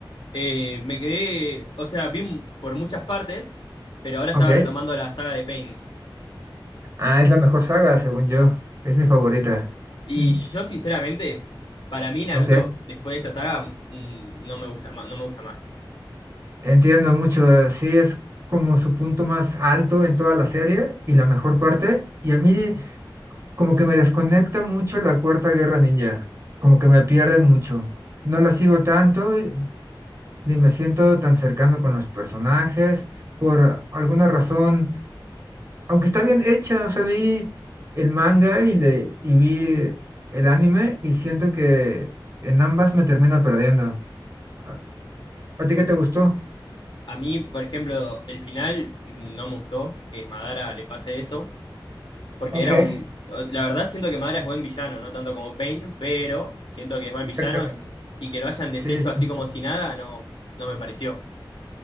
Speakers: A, on the left; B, on the right.
A: Eh, me quedé, o sea, vi m- por muchas partes, pero ahora estaba
B: Ok.
A: retomando la saga de Pain.
B: Ah, es la mejor saga, según yo. Es mi favorita.
A: Y
B: Mm,
A: yo sinceramente, para mí Naruto,
B: Ok.
A: después de esa saga, mm, no me gusta más, no me gusta más.
B: Entiendo mucho. Sí, es como su punto más alto en toda la serie y la mejor parte. Y a mí como que me desconecta mucho la Cuarta Guerra Ninja. Como que me pierden mucho. No la sigo tanto y- ni me siento tan cercano con los personajes. Por alguna razón aunque está bien hecha, o sea, vi el manga y, le, y vi el anime y siento que en ambas me termino perdiendo. ¿A, a ti qué
A: O-
B: te gustó?
A: A mí, por ejemplo, el final mm, no me gustó que Madara le pase eso. porque
B: Ok,
A: era un... La verdad siento que Madara es buen villano, no tanto como Pain, pero siento que es buen villano
B: exactamente.
A: y que lo hayan deshecho
B: Sí, sí.
A: así como si nada, no, no me pareció.